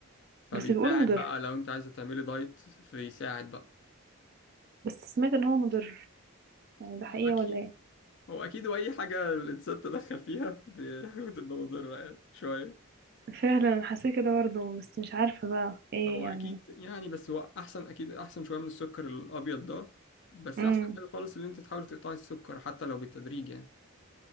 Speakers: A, on the left; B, on the right.
A: فبيساعد
B: بس بيقولوا مضر
A: بقى لو انت عايزه تعملي دايت فبيساعد بقى
B: بس سمعت ان هو مضر يعني ده حقيقة
A: اكيد
B: ولا ايه
A: هو اكيد واي حاجه الانسان تدخل فيها بي- <laughs> بتبقى مضره يعني شويه
B: فعلا حسيت كده برضه بس مش عارفة بقى ايه
A: هو
B: يعني
A: اكيد يعني بس هو احسن اكيد احسن شويه من السكر الابيض ده بس
B: امم
A: احسن حاجه خالص ان انت تحاولي تقطعي السكر حتى لو بالتدريج يعني